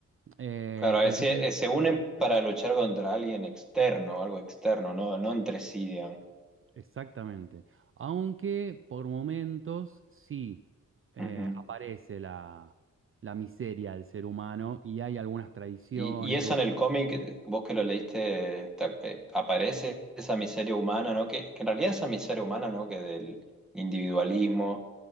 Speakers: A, on the right; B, in the centre.
A: Eh,
B: Claro, eh,
A: entonces,
B: sí, eh, se unen para luchar contra alguien externo, algo externo, no, no entre sí, digamos.
A: exactamente. Aunque por momentos sí eh,
B: Ujú.
A: aparece la, la miseria del ser humano y hay algunas tradiciones.
B: Y, y eso en el cómic, eh, vos que lo leíste, eh, ta- eh, aparece esa miseria humana, ¿no? Que, que en realidad esa miseria humana, ¿no? Que del individualismo